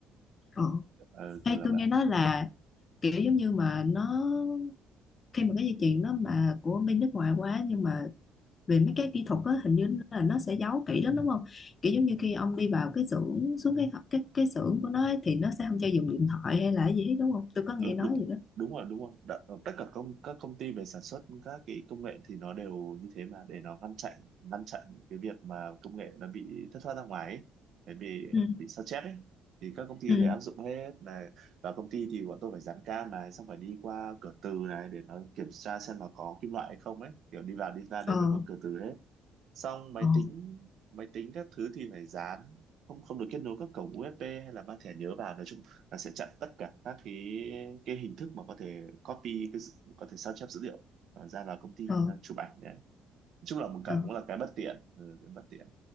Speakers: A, on the left (about 40°); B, on the right (about 65°).
A: Ờ.
B: ừ,
A: Hay
B: kiểu là
A: tôi
B: vậy
A: nghe nói là kiểu giống như mà nó khi mà cái dây chuyền nó mà của bên nước ngoài quá nhưng mà về mấy cái kỹ thuật á hình như là nó sẽ giấu kỹ lắm đúng không kiểu giống như khi ông đi vào cái xưởng xuống cái cái cái xưởng của nó ấy, thì nó sẽ không cho dùng điện thoại hay là cái gì hết đúng không tôi có
B: ừ,
A: nghe nói
B: đúng,
A: gì đó
B: đúng rồi đúng rồi Đã, tất cả công các công ty về sản xuất các cái công nghệ thì nó đều như thế mà để nó ngăn chặn ngăn chặn cái việc mà công nghệ nó bị thất thoát ra ngoài ấy, để bị
A: ừ.
B: bị sao chép ấy thì các công ty
A: Ừ.
B: đều áp dụng hết này và công ty thì bọn tôi phải dán cam này xong phải đi qua cửa từ này để nó kiểm tra xem là có kim loại hay không ấy kiểu đi vào đi ra đều
A: ờ
B: phải có cửa từ hết xong máy
A: ờ
B: tính máy tính các thứ thì phải dán không không được kết nối các cổng USB hay là mang thẻ nhớ vào nói chung là sẽ chặn tất cả các cái cái hình thức mà có thể copy cái sự- có thể sao chép dữ liệu ờ, ra vào công ty
A: ờ
B: à, chụp ảnh đấy nói chung là một cái
A: ờ
B: cũng là cái bất tiện ừ, cái bất tiện